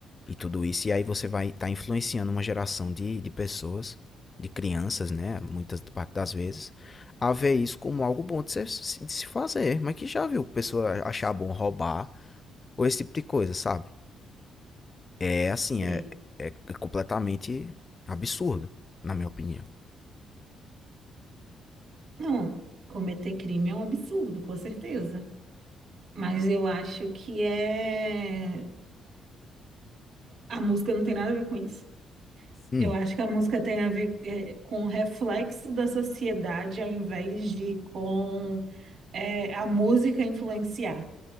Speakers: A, on the left; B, on the right.
A: e tudo isso. E aí você vai estar influenciando uma geração de, de pessoas, de crianças, né? Muitas parte das vezes, a ver isso como algo bom de se, de se fazer. Mas que já viu pessoa achar bom roubar ou esse tipo de coisa, sabe? É assim,
B: Sei.
A: é, é completamente absurdo, na minha opinião.
B: Não, cometer crime é um absurdo, com certeza. Mas eu acho que é a música não tem nada a ver com isso.
A: Hum,
B: Eu acho que a música tem a ver é, com o reflexo da sociedade ao invés de com é, a música influenciar.